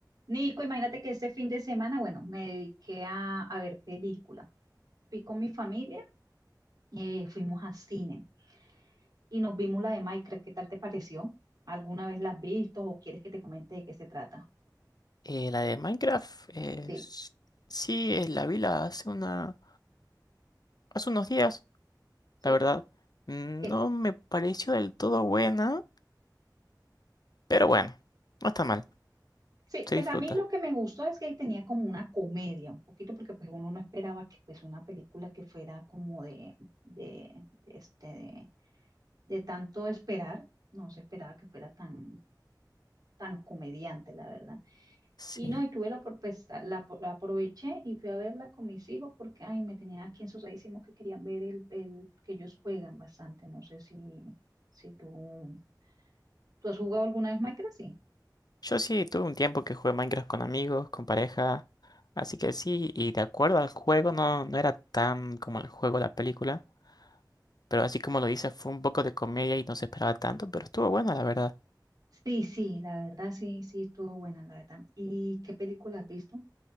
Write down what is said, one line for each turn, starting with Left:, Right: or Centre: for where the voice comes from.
Right: Nico, imagínate que este fin de semana, bueno, me dediqué a, a ver película. Fui con mi familia, eh, fuimos a cine y nos vimos la de Minecraft. ¿Qué tal te pareció? ¿Alguna vez la has visto o quieres que te comente de qué se trata?
Left: Eh, la de Minecraft, eh,
Right: Sí,
Left: s- sí, eh, la vi la hace una, hace unos días,
Right: sí,
Left: la verdad. Mm,
Right: que
Left: No me pareció del todo buena, pero bueno, no está mal,
Right: sí.
Left: se
Right: Pues
Left: disfruta.
Right: a mí lo que me gustó es que tenía como una comedia, un poquito porque pues uno no esperaba que pues una película que fuera como de, de, de este, de, de tanto esperar, no se esperaba que fuera tan, tan comediante, la verdad.
Left: Sí.
Right: Y no, y tuve la, opor- pues, la, la apro- la aproveché y fui a verla con mis hijos porque, ay, me tenían aquí ensuciadísimos que querían ver el, el, que ellos juegan bastante. No sé si, si tú, ¿tú has jugado alguna vez Minecraft? Sí.
Left: Yo sí tuve un tiempo que jugué Minecraft con amigos, con pareja, así que sí, y de acuerdo al juego, no, no era tan como el juego, la película, pero así como lo dices, fue un poco de comedia y no se esperaba tanto, pero estuvo buena, la verdad.
Right: Sí, sí, la verdad sí, sí, estuvo buena, la verdad. ¿Y qué película has visto?